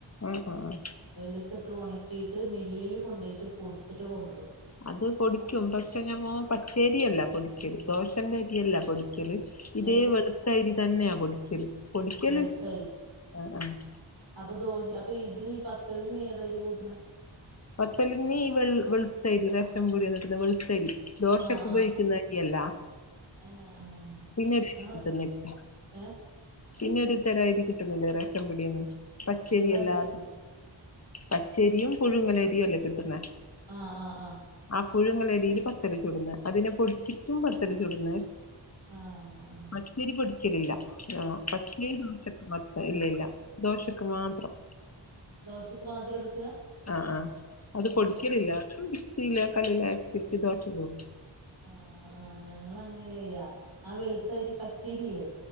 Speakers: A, on the left; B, on the right.
A: ആഹ് ആഹ്
B: വെയിലത്തിട്ട് ഉണക്കിയിട്ട് മില്ലില് കൊണ്ടോയിട്ട് പൊടിച്ചിട്ട് കൊണ്ടരും
A: അത് പൊടിക്കും പക്ഷെ ഞമ്മോ പച്ചേരിയല്ല പൊടിക്കല് ദോശന്റെ അരിയല്ല പൊടിക്കല്. ഇതേ
B: ഏഹ്
A: വെളുത്ത അരി തന്നെയാ പൊടിക്കല് പൊടിക്കലിണ്ട്.
B: വെളുത്തരി
A: ആഹ് ആഹ്
B: അപ്പൊ ദോ അപ്പൊ ഇതിന് പത്തലിന് ഏത് അരിയാ കൂട്ടണേ?
A: പത്തലിന് ഈ വെൾ വെൾത്തയ്രി റേഷൻ പീട്യേന്ന് കിട്ട്ണ വെളുത്തരി ദോശയ്ക്ക്
B: ആഹ്
A: ഉപയോഗിക്കുന്ന
B: ആഹ്
A: അരിയല്ല
B: ഏഹ് ആഹ്
A: പിന്നെ ഒരു അരി
B: ഞങ്ങൾ
A: കിട്ടുന്നില്ലേ?
B: ഏഹ്
A: പിന്നൊരു തരാ അരി കിട്ടുന്നില്ലേ റേഷൻ പീട്യേന്ന്. പച്ചരി
B: വേറെ
A: അല്ലാ
B: അരി കിട്ടുണ്ടോ
A: പച്ചരിയും പുഴുങ്ങലരിയും അല്ലേ കിട്ടുന്നേ
B: ആഹ് ആഹ് അഹ്
A: ആഹ് പുഴുങ്ങലരില് പത്തല് ചുടുന്നേ അതിനെ പൊടിച്ചിട്ടും പത്തല് ചുടുന്നേ
B: ആഹ് ആഹ്
A: പച്ചരി പൊടിക്കൽ ഇല്ല ആഹ് പച്ചരി <unintelligible> മത്ത ഇല്ല ഇല്ല ദോശക്ക് മാത്രം
B: ദോശക്ക് മാത്രം എടുക്കുക
A: ആഹ് ആഹ് അത്
B: ആഹ്
A: പൊടിക്കലില്ല മിക്സിയിലോ കല്ലിലോ അരച്ചിട്ട് ദോശ ചുടും
B: ആഹ് ആഹ് നങ്ങള് അങ്ങനെയല്ല ചെയ്യാ ആഹ് വെളുത്തരി പച്ചരി ഇല്ലേ